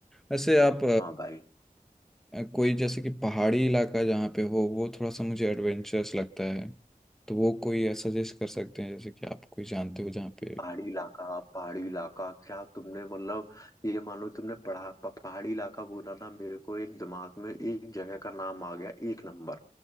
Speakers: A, in the centre; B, on the left.
A: वैसे आप
B: हाँ भाई
A: अ, कोई जैसे कि पहाड़ी इलाका जहाँ पे हो वो थोड़ा सा मुझे एडवेंचरस लगता है तो वो कोई सजेस्ट कर सकते हैं जैसे कि आप कोई जानते हो जहाँ पे
B: पहाड़ी इलाका पहाड़ी इलाका क्या तुमने मतलब ये मानो तुमने पढ़ा प- पहाड़ी इलाका बोला ना मेरे को एक दिमाग में एक जगह का नाम आ गया एक नंबर